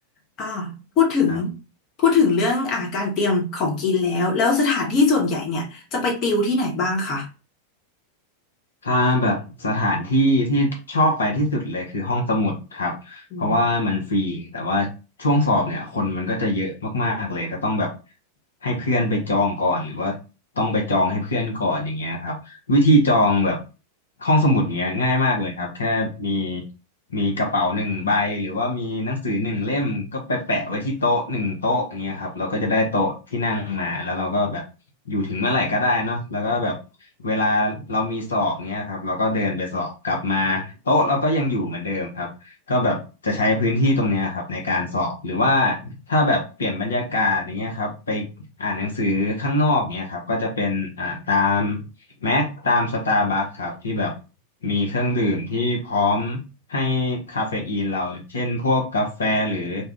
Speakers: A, on the left (about 35°); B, on the left (about 70°).
A: อ่าพูดถึง
B: ครับ
A: พูดถึงเรื่องอ่าการเตรียมของกินแล้วแล้วสถานที่ส่วนใหญ่เนี่ยจะไปติวที่ไหนบ้างคะ
B: ถ้าแบบสถานที่ที่ชอบไปที่สุดเลยคือห้องสมุดครับเพราะว่ามันฟรีแต่ว่าช่วงสอบเนี่ยคนมันก็จะเยอะมากๆเลยก็ต้องแบบ
A: อืม
B: ให้เพื่อนไปจองก่อนหรือว่าต้องไปจองให้เพื่อนก่อนอย่างเงี้ยครับ วิธีจองแบบห้องสมุดเนี้ยง่ายมากเลยครับแค่มีมีกระเป๋าหนึ่งใบหรือว่ามีหนังสือหนึ่งเล่มก็ไปแปะไว้ที่โต๊ะหนึ่งโต๊ะอย่างเงี้ยครับเราก็จะได้โต๊ะที่นั่งมาแล้วเราก็แบบอยู่ถึงเมื่อไหร่ก็ได้เนาะแล้วก็แบบเวลาเรามีสอบเงี้ยครับเราก็เดินไปสอบกลับมาโต๊ะเราก็ยังอยู่เหมือนเดิมครับก็แบบจะใช้พื้นที่ตรงเนี้ยครับในการสอบหรือว่าถ้าแบบเปลี่ยนบรรยากาศอย่างเงี้ยครับไปอ่านหนังสือข้างนอกเนี้ยครับก็จะเป็นอ่าตาม แม็กตามสตาร์บัคครับที่แบบมีเครื่องดื่มที่พร้อมให้คาเฟอีนเราเช่นพวกกาแฟหรือ